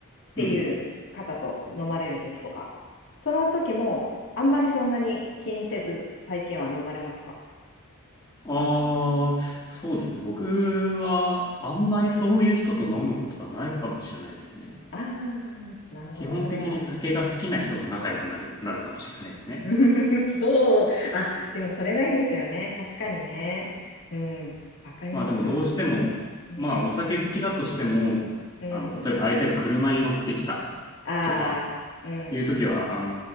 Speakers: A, on the left; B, on the left.
A: ていう方と飲まれる時とか、
B: うんうん。
A: その時も、あんまりそんなに気にせず、最近は飲まれますか
B: ああー、そうですね。僕はあんまりそういう人と飲むことがないかもしれないですね。
A: ああ、なるほど。
B: 基本的に酒が好きな人と仲良くなる、
A: それはいい。
B: なるかもしれないですね。
A: <laughs> そう。あ、でもそれがいいですよね。確かにね。うん。わかります。
B: まあでもどうしても、
A: うん。
B: まあお酒好きだとしても、
A: うん。
B: あの、例えば相手が車に乗ってきた
A: ああ、
B: とか
A: うん。
B: いう時は、あの